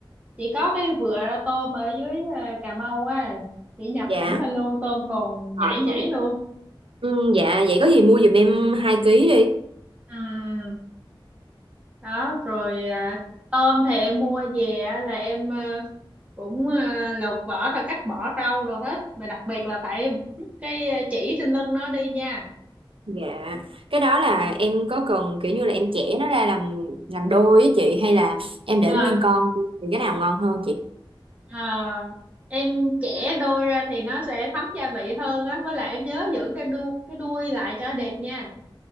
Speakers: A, on the right; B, on the right.
A: chị có cái vựa tôm ở dưới ờ, Cà Mau á chị nhập
B: dạ
A: thẳng lên luôn tôm còn
B: Ờ,
A: nhảy nhảy
B: được.
A: luôn
B: ừ, dạ vậy có gì mua giùm em hai ký đi
A: ừ đó rồi à, tôm thì em mua về á, là em à, cũng à, lột vỏ rồi cắt bỏ rau rồi hết mà đặc biệt là phải bứt cái à, chỉ trên lưng nó đi nha
B: dạ cái đó là
A: ừ.
B: em có cần kiểu như là em chẻ nó ra làm làm đôi á chị hay là em để
A: à,
B: nguyên con thì cái nào ngon hơn chị
A: à, em chẻ đôi ra thì nó sẽ thấm gia vị hơn á với lại em nhớ giữ cái đuôi cái đuôi lại cho đẹp nha